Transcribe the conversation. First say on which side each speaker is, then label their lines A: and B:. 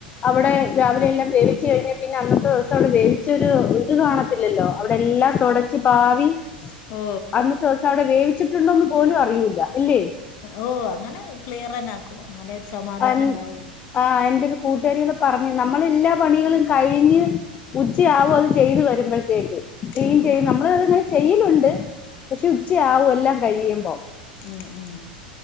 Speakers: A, on the left; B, on the left.
A: അവിടെ രാവിലെ എല്ലാം വേവിച്ചു കഴിഞ്ഞാ പിന്നെ അന്നത്തെ ദിവസം അവിടെ വേവിച്ചരു ഇത് കാണത്തില്ലല്ലോ അവിടെ എല്ലാം തൊടച്ച് പാവി-
B: ഓ
A: അന്നൊത്തെ ദിവസം അവിടെ വേ- വിച്ചിട്ടുണ്ടന്ന് പോലും അറിയൂല്ല ഇല്ലേ
B: ഓ അങ്ങനെ ക്ലിയർനാക്കും അന്നാലെ ഒരു സമാധാനം
A: ആ എന്റ
B: ഉണ്ടാവുള്ളൂ
A: എന്റെരു കൂട്ടുകാരികള് പറഞ്ഞ- അനമ്മള് എല്ലാ പണികളും കഴിഞ്ഞ് ഉച്ചയാവും അത് ചെയ്ത് വരുമ്പോഴത്തേക്കും ചെയ്യും
B: ഉം
A: ചെയ്യും നമ്മള് അതിനെ ചെയ്യലുണ്ട്
B: ഉം
A: പക്ഷെ ഉച്ചയാവും
B: ഉം
A: എല്ലാം- കഴിയുമ്പോ
B: ഉം ഉം